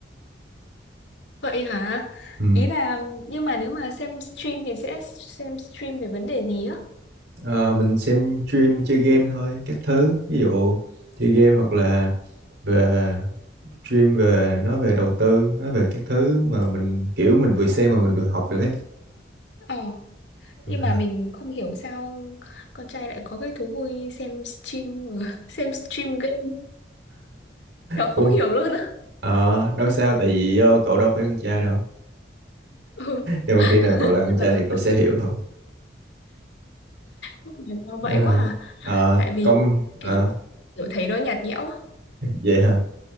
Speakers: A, on the left; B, on the right.
A: Vậy hả?
B: ừ.
A: Ý là nhưng mà nếu mà xem stream thì sẽ xem stream về vấn đề gì á?
B: Ờ, mình xem stream chơi game thôi các thứ ví dụ chơi game hoặc là về stream về nói về đầu tư nói về các thứ mà mình kiểu mình vừa xem mà mình vừa học được ấy
A: Ờ,
B: <laughs>
A: nhưng mà mình không hiểu sao con trai lại có cái thú vui xem stream <laughs> xem stream game. Nó không
B: cũng
A: hiểu luôn á.
B: Ờ, nói sao tại vì ờ, cậu đâu phải con trai đâu.
A: Ừ,
B: Nhưng mà khi nào cậu
A: chắc
B: là con trai
A: là do
B: thì cậu
A: vậy.
B: sẽ hiểu thôi.
A: Chắc là do vậy
B: À,
A: quá à.
B: à,
A: Tại vì
B: công
A: kiểu
B: à,
A: kiểu thấy nó nhạt nhẽo á.
B: vậy hả?